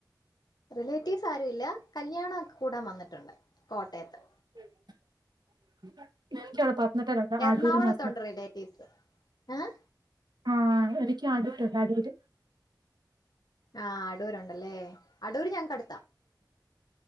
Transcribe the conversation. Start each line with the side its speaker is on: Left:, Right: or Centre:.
Left: റിലേറ്റീവ്സ് ആരു ഇല്ല കല്യണം ഒക്കെ കൂടാൻ വന്നിട്ടൊണ്ട് കോട്ടയത്ത്
Right: <unintelligible> <unintelligible>
Left: എറണാകുളത്തുണ്ട്
Right: അടൂര് <unintelligible>
Left: റിലേറ്റീവ്സ് ഏഹ്
Right: ആഹ് എനിക്കും ആടൂരൊണ്ട് അടൂര്
Left: ആഹ് അടൂരൊണ്ടല്ലേ അടൂര് ഞങ്ങ്ക്കടുത്ത